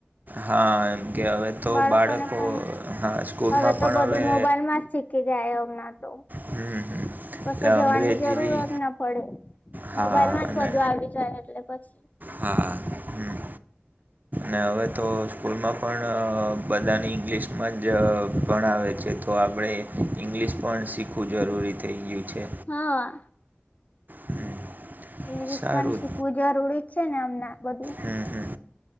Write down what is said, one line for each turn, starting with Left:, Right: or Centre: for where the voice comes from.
Right: હા એમ કે હવે તો
Left: બાળકોને
Right: બાળકો
Left: પણ
Right: હા સ્કૂલમાં
Left: હવે તો
Right: પણ
Left: બધું
Right: હવે
Left: મોબાઈલ માં જ શીખી જાય હમણા તો
Right: હમ હમ એટલે
Left: પછી જવાની
Right: અંગ્રેજી
Left: જરૂરત ના પડે
Right: હા
Left: મોબાઈલમાં જ
Right: અને
Left: બધું આવી જાય એટલે પસી
Right: હા હમ્મ ને હવે તો સ્કૂલમાં પણ આ બધાની ઇંગ્લિશમાં જ ભણાવે છે તો આપણે ઇંગ્લિશ પણ શીખવું જરૂરી થઈ ગયું છે
Left: હા
Right: હમ
Left: ઇંગ્લિશ
Right: સારું
Left: પન શીખવું જરૂરી જ છે ને હમના બધું.
Right: હમ હમ